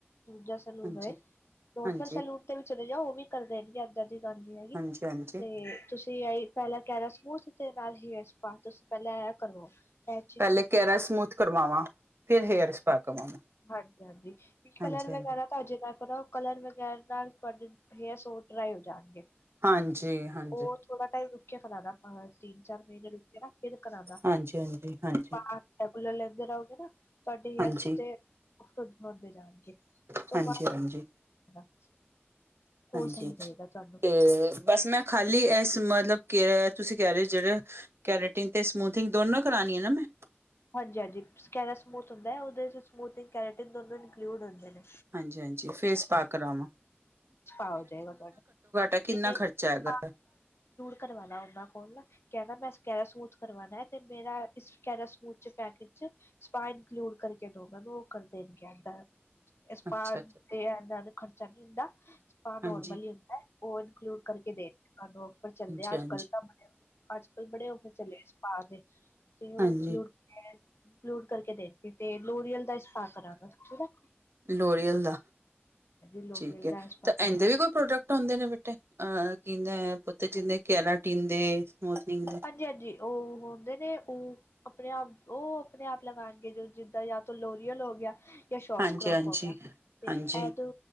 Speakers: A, on the left; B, on the right.
A: ਊਰਜਾ ਸਲੂਨ
B: ਹਾਂਜੀ
A: ਏ ਹੋਰ
B: ਹਾਂਜੀ
A: ਕੋਇ ਸੈਲੂਨ ਤੇ ਵੀ ਚਲੇ ਜਾਓ ਉਹ ਵੀ ਕਰ ਦੇਣਗੇ, ਇਏਦਾਂ ਦੀ ਗੱਲ ਨੀ ਹੈਗੀ,
B: ਹਾਂਜੀ-ਹਾਂਜੀ
A: ਤੇ ਤੁਸੀਂ ਅਈ ਪਹਿਲਾਂ ਕਹਿ ਰੇ ਸੀ ਨਾ ਸਮੂਥ ਨਾਲ ਹੇਅਰ ਸਪਾ, ਤੁਸੀਂ ਪਹਿਲਾਂ ਇਹ ਕਰਵਾੳ, ਐ
B: ਪਹਿਲੇ ਕੇਹਿਰਾ ਸਮੂਥ ਕਰਵਾਵਾਂ, ਫੇਰ
A: ਹਾਂਜੀ
B: ਹੇਅਰ
A: ਹਾਂਜੀ
B: ਸਪਾ ਕਰਵਾਵਾਂ
A: ਹਾਂਜੀ-ਹਾਂਜੀ, ਕਲਰ
B: ਹਾਂਜੀ-ਹਾਂਜੀ।
A: ਵਗੈਰਾ ਤਾਂ ਅਜੇ ਨਾ ਕਰਾਓ, ਕਲਰ ਵਗੈਰਾ ਨਾਲ ਤੁਹਾਡੇ <unintelligible> ਸੋ ਤਰਾ ਹੀ ਹੋ ਜਾਣਗੇ
B: ਹਾਂਜੀ-ਹਾਂਜੀ।
A: ਹਮ, ਉਹ ਥੋੜਾ ਟਾਈਮ ਰੁਕਕੇ ਕਰਾਨਾ ਤਿੰਨ, ਚਾਰ ਮਹੀਨੇ ਰੁਕੇ ਨਾ, ਫਿਰ ਕਰਾਂਨਾ
B: ਹਾਂਜੀ-ਹਾਂਜੀ, ਹਾਂਜੀ।
A: ਆਪ ਰੈਗੂਲਰ ਲੈਂਦੇ ਰਹੋਗੇ ਨਾ, ਤੁਹਾਡੇ ਹੇਅਰਸ
B: ਹਾਂਜੀ,
A: <unintelligible>
B: ਹਾਂਜੀ-ਹਾਂਜੀ, ਹਾਂਜੀ
A: ਹੁੰਦੇ ਜਾਣਗੇ ਉਸ ਤੋਂ
B: ਹਾਂਜੀ
A: ਬਾਅਦ
B: ਹਾਂਜੀ
A: <unintelligible> ਉਹ
B: ਹਾਂਜੀ,
A: ਸਹੀ ਰਹੇਗਾ ਤੁਹਾਨੂੰ
B: ਤੇ ਬਸ ਮੈਂ ਖਾਲੀ ਇਸ ਮਤਲਬ ਕਿ ਤੁਸੀਂ ਕਹਿ ਰਹੇ ਹੋ ਜਿਹੜੇ ਕੈਰੇਟਿਨ ਤੇ ਸਮੂਥਿੰਗ ਦੋਨੋਂ ਕਰਾਉਣੀ ਹੈ ਨਾ ਮੈਂ
A: ਹਾਂਜੀ-ਹਾਂਜੀ ਸਕੈਰਾ ਸਮੂਥ ਹੁੰਦਾ ਹੈ, ਉਹਦੇ ਚ ਸਮੂਥਿੰਗ ਕੈਰੇਟਨ ਦੋਨੋਂ ਇਨਕਲੂਡ ਹੁੰਦੇ ਨੇ
B: ਹਾਂਜੀ-ਹਾਂਜੀ ਫੇਸ ਪਾ ਕਰਾਨਾ
A: ਅੱਛਾ ਹੋ ਜਾਏਗਾ ਤੁਹਾਡਾ,
B: ਹੈ ਕਿੰਨਾ
A: ਇਹ
B: ਖਰਚਾ
A: ਛ
B: ਹੈਗਾ
A: ਕਰਵਾਣਾ, ਉਹਨਾਂ ਕੋਲ ਕਹਿਣਾ ਮੈਂ ਕੈਰਾਸਮੂਥ ਕਰਵਾਣਾ ਹੈ ਤੇ ਮੇਰਾ ਇਸ ਕੈਰਾਸਮੂਥ। ਜ ਪੈਕੇਟ ਚ ਸਪਾ ਇੰਕਲੂਡ ਕਰਕੇ ਦੋਨਾਂ ਨੂੰ ਉਹ ਕਰ ਦੇਣ ਕਹਿੰਦਾ। ਇਸ
B: ਅੱਛਾ-ਅੱਛਾ
A: ਪਾ ਤੇ ਇੰਨਾ ਦੇ ਖਰਚਾ ਨਹੀ ਹੁੰਦਾ। ਆ ਨੋਰਮਲੀ
B: ਹਾਂਜੀ-ਹਾਂਜੀ,
A: ਹੁੰਦਾ, ਉਹ ਇਨਕਲੂਡ ਕਰਕੇ ਦੋ ਫੇਰ ਚੱਲਦੇ
B: ਹਾਂਜੀ-ਹਾਂਜੀ,
A: ਆ ਅੱਜ ਕੱਲ ਤਾਂ <inaudible> ਅੱਜ-ਕੱਲ੍ਹ ਬੜੇ ਔਫਰ ਚਲੇ ਆ ਸਪਾ ਦੇ ਤੇ
B: ਹਾਂਜੀ-ਹਾਂਜੀ
A: ਉਹ ਇੰਕਲੂਡ। ਇਕਲੂਡ ਕਰਕੇ ਦੇਖਤੀ ਤੇ ਲੋਰੀਅਲ ਦਾ ਸਪਾ ਕਰਾਂਗਾ। ਠੀਕ ਐ।
B: ਲੋਰੀਅਲ ਦਾ
A: ਲੋਰੀਅਲ
B: ਠੀਕ ਹੈ,
A: ਦਾ ਸਪਾ
B: ਤਾਂ
A: ਕਰਵਾਣਾ
B: ਇੰਦੇ ਵੀ ਕੋਈ ਪ੍ਰੋਡਕਟ ਆਉਂਦੇ ਨੇ ਬੇਟੇ। ਅਹ ਕਹਿੰਦਾ ਹੈ, ਪੁੱਤ ਜਿੰਨੇ ਕੇਰਾਟੀਣ ਦੇ ਸਮੂਥਨਿੰਗ
A: ਹਾਂਜੀ-ਹਾਂਜੀ ਉਹ ਹੁੰਦੇ ਨੇ ਉਹ ਆਪਣੇ ਆਪ ਉਹ ਆਪਣੇ ਆਪ ਲਗਾਉਣਗੇ, ਜੋ ਜਿੱਦਾਂ ਜਾਂ ਤ ਲੋਰੀਅਲ ਹੋ ਗਿਆ। ਤੇ ਸ਼ੋਸ
B: ਹਾਂਜੀ
A: ਕਰ੍ਰਫ
B: ਹਾਂਜੀ
A: ਹੋ ਗਿਆ, ਤੇ
B: ਹਾਂਜੀ
A: ਇਹ ਦੋ